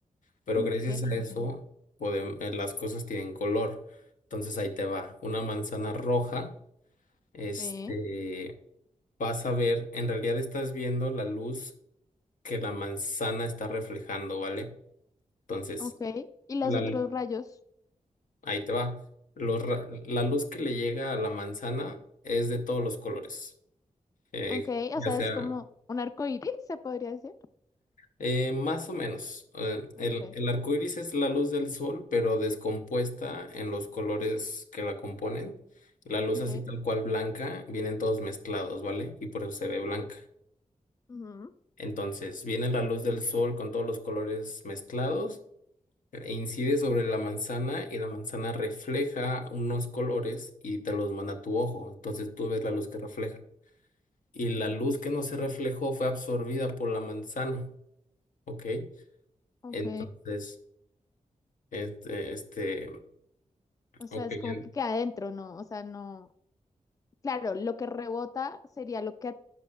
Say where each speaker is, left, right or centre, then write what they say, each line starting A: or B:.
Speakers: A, on the left (about 75°); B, on the left (about 25°).
A: Pero
B: Ok,
A: gracias
B: entiendo.
A: a eso, podem- eh, las cosas tienen color. Entonces ahí te va. Una manzana roja, este,
B: Sí,
A: vas a ver, en realidad estás viendo la luz que la manzana está reflejando, ¿vale? Entonces,
B: ok. ¿Y los
A: la,
B: otros
A: lu-
B: rayos?
A: ahí te va. Los ra- la luz que le llega a la manzana es de todos los colores. eh,
B: Ok,
A: ya
B: o sea,
A: sea,
B: es como un arco iris, se podría decir.
A: Eh, más o menos. Eh, el,
B: Ok,
A: el arco iris es la luz del sol, pero descompuesta en los colores que la componen. La luz
B: ok.
A: así tal cual blanca, vienen todos mezclados, ¿vale? Y por eso se ve blanca.
B: ujú,
A: Entonces, viene la luz del sol con todos los colores mezclados, e incide sobre la manzana y la manzana refleja unos colores y te los manda a tu ojo. Entonces, tú ves la luz que refleja. Y la
B: mm,
A: luz que no se reflejó fue absorbida por la manzana, ¿ok?
B: Ok.
A: Entonces... Este, este,
B: O sea,
A: ok,
B: es como
A: ya-
B: que queda adentro, ¿no? O sea, no. Claro, lo que rebota sería lo que a-